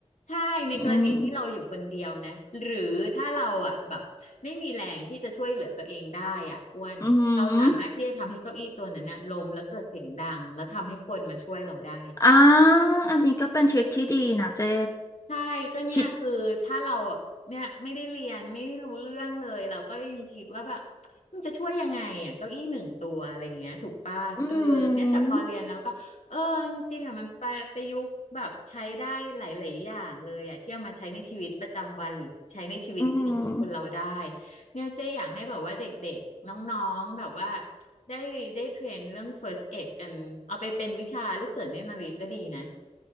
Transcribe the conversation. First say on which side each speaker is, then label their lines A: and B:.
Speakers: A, on the left; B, on the left.
A: ใช่ ในกรณีที่เราอยู่คนเดียวนะ
B: อืม
A: หรือถ้าเราอ่ะแบบไม่มีแรงที่จะช่วยเหลือตัวเองได้อ่ะอ้วนเราสามารถที่จะทำให้เก้าอี้ตัวนั้นนะล้มแล้วเกิดเสียงดังแล้วทำให้คนมาช่วยเราได้
B: อืม อ่าอันนี้ก็เป็นทริคที่ดีนะเจ๊
A: ใช่ก็เนี่ยคือถ้าเรา
B: คิด
A: เนี่ยไม่ได้เรียนไม่รู้เรื่องเลยเราก็ยังคิดว่าแบบมันจะช่วยยังไงอ่ะเก้าอี้หนึ่งตัวอะไรอย่างเงี้ยถูกป่ะเออเนี่ยแต่พอเรียนแล้วก็เออจริงๆอ่ะมันไปประยุกต์แบบใช้ได้หลายๆอย่างเลยอ่ะที่เอามาใช้ในชีวิตประจำวันหรือใช้ในชีวิตจริงของคนเราได้
B: อืม อืม
A: เนี่ยเจ๊อยากให้แบบว่าเด็กๆน้องๆแบบว่าได้ได้เทรนเรื่อง first aid กันเอาไปเป็นวิชาลูกเสือเนตรนารีก็ดีนะ